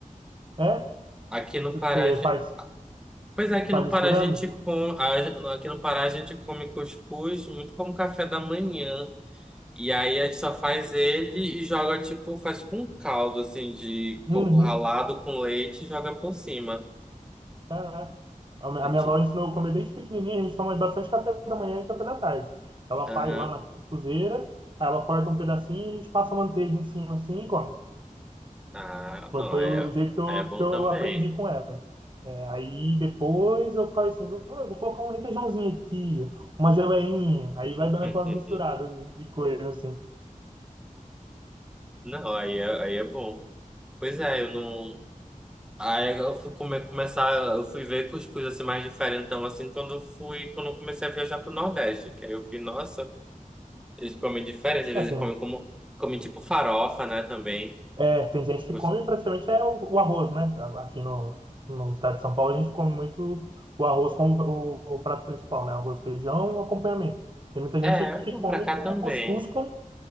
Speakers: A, on the right; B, in the centre.
A: É?
B: Aqui no
A: Você
B: Pará, a gen-
A: faz.
B: pois é, aqui
A: Sai
B: no
A: misturando?
B: Pará a gente com... a- aqui no Pará a gente come cuscuz muito como café da manhã. E aí a gente só faz ele e joga tipo, faz tipo um caldo assim de
A: Uhum,
B: coco ralado com leite e joga por cima.
A: caraca. A mi- a
B: Eu
A: minha
B: te-
A: avó ensinou a comer desde pequenininha, a gente toma bastante café da manhã e café da tarde. Ela
B: Aham.
A: faz lá na cuscuzeira, aí ela corta um pedacinho e a gente passa manteiga em cima assim e come.
B: Ah,
A: Foi,
B: não,
A: foi
B: aí
A: o
B: é,
A: jeito que eu,
B: aí é bom
A: que eu
B: também.
A: aprendi com ela. É, aí depois eu falei assim, vou, vou colocar um requeijãozinho aqui, uma geleinha, aí vai dando
B: <laughs>
A: aquelas misturadas de, de coisa assim.
B: Não, aí é, aí é bom. Pois é, eu não. Aí eu fui come- começar, eu fui ver cuscuz assim mais diferentão assim quando eu fui, quando eu comecei a viajar pro Nordeste, que aí eu vi, nossa, eles comem diferente, às
A: É,
B: vezes
A: tem,
B: comem como, comem tipo farofa, né, também.
A: É, tem gente que
B: Cus-
A: come praticamente é o, o arroz, né? Aqui no, no estado de São Paulo a gente come muito o arroz como o, o prato principal, né? Arroz, feijão e um acompanhamento. Tem muita
B: É,
A: gente que
B: não,
A: come
B: pra cá
A: o
B: também.
A: cuscuz como,